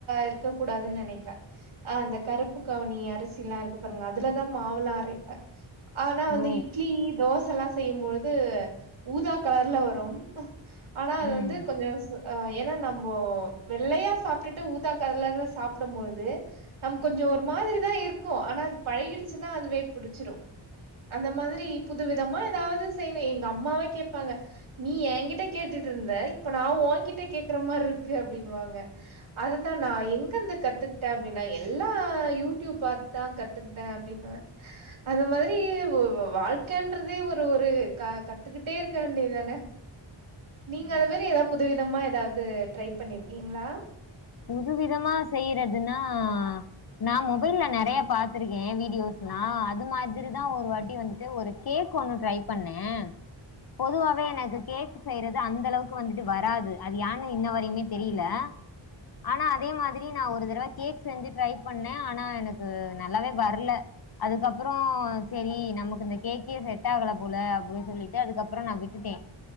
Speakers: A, on the right; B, on the left.
A: இருக்க கூடாதுன்னு நெனைப்பே ஆ அந்த கருப்பு கவுனி அரிசிலா இருக்கு பாருங்க அதுலதா மாவுலா அரைப்பே ஆனா வந்து
B: ஓ
A: இட்லி தோச செல்லா செய்யும்பொழுது ஊதா கலர்ல வரு ஆனா அது
B: ம்
A: வந்து கொஞ்சோ சொ ஆ ஏன்னா நம்போ வெள்ளையா சாப்ட்டுட்டு ஊத்தா காலர்ல சாப்புடும்பொழுது நம்ம கொஞ்சோ ஒரு மாதிரிதா இருக்கு ஆனா அது பழகிடுச்சுன்னா அதுவே புடிச்சிடும அந்த மாதிரி புது வித தமா எதாவது செய்ணு எங்க அம்மாவே கேட்பாங்க நீ என்கிட்ட கேட்டுட்டு இருந்த இப்ப நா உங்கிட்ட கேக்குற மாரிருக்கு அப்டின்னுவாங்க அததா நா எங்கருந்து கத்துக்கிட்ட அப்டின்னா எல்லா யூடியூப் பாத்து தா கத்துக்கிட்டே அப்டின்னுவே அத மாதிரி வ வ வாழ்க்கன் றதே ஒரு ஒரு கத்துக்கிட்டே இருக்க வேண்டியதுதானே நீங்க
B: ம்
A: அதமேரி எதாவது புதுவிதமா எதாவது ட்ரை பண்ணிருக்கீங்களா
B: புது விதமா செய்யறதுன்னா நா மொபைல்ல நெறைய பாத்திருக்கே வீடியோஸ்லா அது மாதிரிதா ஒரு வாட்டி வந்துட்டு ஒரு கேக் ஒன்னு ட்ரை பண்ணே பொதுவாவே எனக்கு கேக் செய்யறது அந்தளவுக்கு வந்துட்டு வராது அது யான்னு இன்ன வரையுமே தெரியல ஆனா அதே மாதிரி நா ஒரு தடவ கேக் செஞ்சு ட்ரை பண்ணே ஆனா எனக்கு நல்லாவே வரல அதுக்கப்பறோ செரி நமக்கு இந்த கேக்கே செட் ஆகல போல அப்டின்னு சொல்லிட்டு அதுக்கப்பற நா விட்டுட்டே